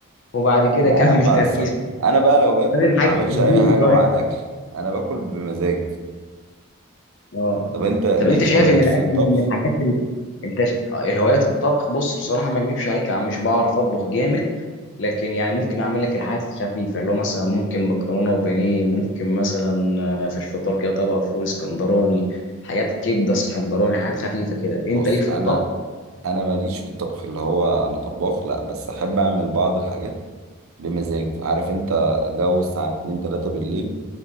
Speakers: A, on the left; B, on the right.
A: وبعد كده
B: لا
A: اكمل
B: يا عم
A: تركيز
B: أصل أنا أنا بقى لو باكل
A: لازم
B: ما
A: حاجه
B: أعملش
A: تهديني
B: أي حاجة
A: طيب
B: مع الأكل أنا باكل بمزاج
A: اه
B: طب انت ليك
A: طب انت شايف
B: هوايات
A: ان الاكل
B: في الطبخ
A: من الحاجات اللي انت ش- آه، الهوايات الطبخ بص بصراحه ما اكذبش عليك انا مش بعرف اطبخ جامد لكن يعني ممكن اعمل لك الحاجات الخفيفه اللي هو مثلا ممكن مكرونه وبانيه ممكن مثلا آه، في الفطار كده طبق فول اسكندراني حاجات كبده اسكندراني حاجات خفيفه كده انت
B: بص
A: ليك في
B: انا
A: الطبخ
B: انا ماليش في الطبخ اللي هو انا طباخ لا بس احب اعمل بعض الحاجات بمزاج عارف انت جو الساعه 2 3 بالليل